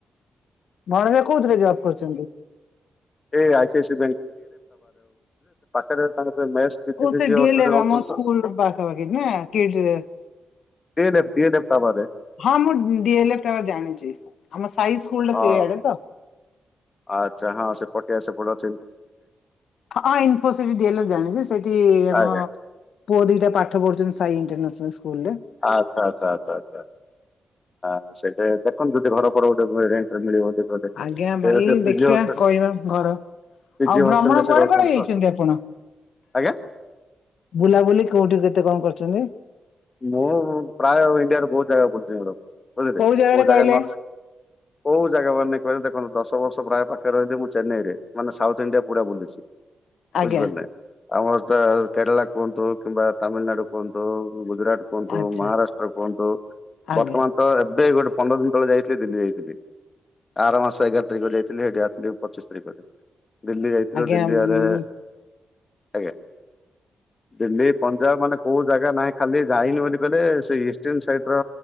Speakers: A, on the left; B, on the left.
A: ଭଣଜା କୋଉଥିରେ ଜବ୍ କରିଛନ୍ତି।
B: ଏଇ ଆଇ ସ ଆଇ <unintelligible>
A: ଓ ସେ ଡି
B: ଅଛନ୍ତି
A: ଲ
B: ରହୁଛନ୍ତି
A: ରାମ
B: ତ।
A: ସ୍କୁଲ ପାଖ ନା <unintelligible>
B: <unintelligible>
A: ହଁ ମୁଁ ଡିଲଫ ଜାଣିଛି ଆମ ସାଇ ସ୍କୁଲା
B: ହଁ
A: ସେଇଆଡେ ତ।
B: ଆଚ୍ଛା ହଁ ସେପ। <unintelligible>
A: ହଁ ହଁ ଇନଫୋସି <unintelligible> ଜାଣିଛି ସେଠି ଆମ
B: ଆଜ୍ଞା
A: ପୁଅ ଦିଟା ପାଠ ପଢୁଛନ୍ତି ସାଇ ଇଣ୍ଟରନ୍ୟାସନାଲ ସ୍କୁଲ ରେ।
B: ଆଚ୍ଛା ଆଚ୍ଛ ଆଛା ଆଛା। ହଁ ସେଇଟା ଦେଖନ୍ତୁ ଯଦି ଘର ଗୋଟେ ରେଟରେ ମିଳିବ। ଗୋଟେ
A: ଆଜ୍ଞା
B: ସେ
A: ଭାଇ
B: ସେ ପିଜି
A: ଦେଖିବା
B: ହଷ୍ଟେଲ
A: କହିବା ଘର।
B: ପିଜି
A: ଆଉ
B: ହଷ୍ଟେଲରେ
A: ଭ୍ରମଣ
B: ସେ
A: କୁଆଡେ
B: ରହୁଛନ୍ତି
A: କୁଆଡେ ଯାଇଛନ୍ତି
B: ତ
A: ଆପଣ?
B: ଆଜ୍ଞା।
A: ବୁଲାବୁଲି କୋଉଠି କେତେ କଣ କରୁଛନ୍ତି।
B: ମୁଁ ପ୍ରାୟ ଇଣ୍ଡିଆରେ ବହୁତ ଜାଗା ବୁଲିଛି ଆଡ ବୁଝେଲେକୋଉ
A: କୋଉ ଜାଗାରେ
B: ଜାଗା
A: କହିଲେ
B: ନ କୋଉ ଜାଗା ମାନେ କହିବେ ଦେଖନ୍ତୁ ଦଶ ବର୍ଷ ପ୍ରାୟ ପାଖରେ ର ହିଁ ଲି ମୁଁ ଚେନ୍ନାଇ ରେ ମାନେ ସାଉଥ ଇଣ୍ଡିଆ ପୁରା ବୁଲିଛି।
A: ଆଜ୍ଞା
B: ବୁଝିପାରୁନାେ ଆମର ତ କେରଳା କୁହନ୍ତୁ କିମ୍ବା ତାମିଲନାଡୁ କୁହନ୍ତୁ ଗୁଜୁରଟ କୁହନ୍ତୁ
A: ଆଚ୍ଛା
B: ମହାରାଷ୍ଟ୍ର କୁହନ୍ତୁ
A: ଆଜ୍ଞା
B: ବର୍ତ୍ତମାନ ତ ଏବେ ଗୋଟେ ପନ୍ଦର ଦିନ ତଳେ ଯାଇଥିଲି ଦିଲ୍ଲୀ ଯାଇଥିଲି। ଆର ମାସ ଏଗାର ତାରିଖ ଯାଇଥିଲି ସେଇଠି ଆସିଲି ପଚିଶି ତାରିଖରେ ଦିଲ୍ଲୀ ଯାଇଥିଲୁ
A: ଆଜ୍ଞା
B: ଦିଲ୍ଲୀ
A: ଉଁ
B: ଆରେ ଆଜ୍ଞା ଦିଲ୍ଲୀ ପଞ୍ଜାବ ମାନେ କୋଉ ଜାଗା ନାହିଁ ଖାଲି ଯାଇନି ବୋଲି କହଲେ ସେ ଇଷ୍ଟନ୍ ସାଇଟି ର